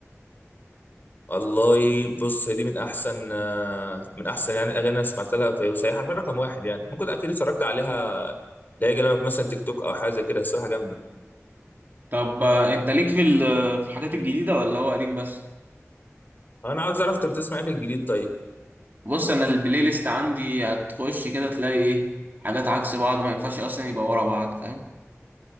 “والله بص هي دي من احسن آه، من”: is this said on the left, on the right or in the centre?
Left